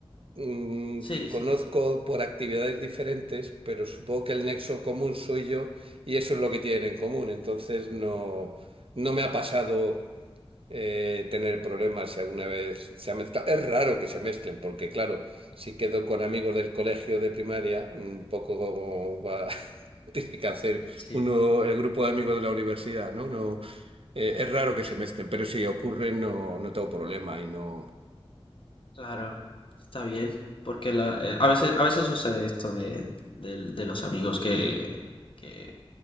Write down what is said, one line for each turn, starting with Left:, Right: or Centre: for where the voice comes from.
Right: mm,
Left: Sí,
Right: que conozco por actividades diferentes, pero supongo que el nexo común soy yo y eso es lo que tienen en común. Entonces no, no me ha pasado eh, tener problemas si alguna vez se ha mezclado. Es raro que se mezclen, porque claro, si quedo con amigos del colegio de primaria, un poco como va, <laughs> tiene que hacer
Left: sí.
Right: uno el grupo de amigos de la universidad, ¿no? No, eh, es raro que se mezclen, pero si ocurre no, no tengo problema y no.
Left: Claro, está bien, porque la, eh, a veces, a veces sucede esto de, del- de los amigos que, que,